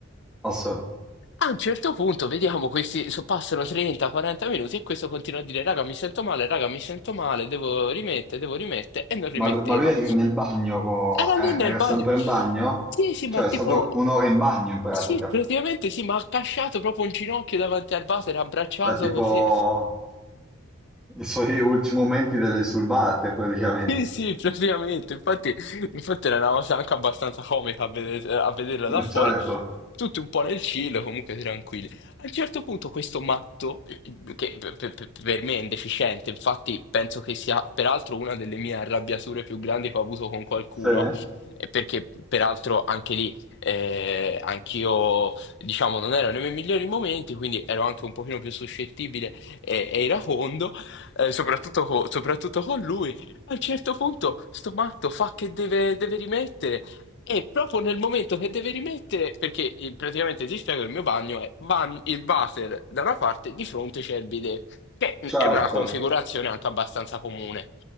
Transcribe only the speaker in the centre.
Ass-
Ma, lu- ma lui era nel bagno, co-
eh,
era
sempre
in bagno?
Cioè
è stato un'ora in bagno in pratica,
cioè tipo
i suoi ultimi momenti delle sulbate praticamente.
<laughs>
Certo,
sì,
certo,